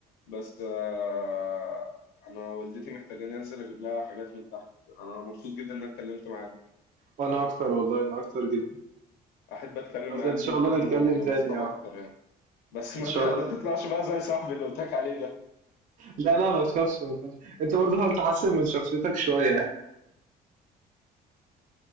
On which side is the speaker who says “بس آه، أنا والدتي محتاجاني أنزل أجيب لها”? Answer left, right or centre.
Left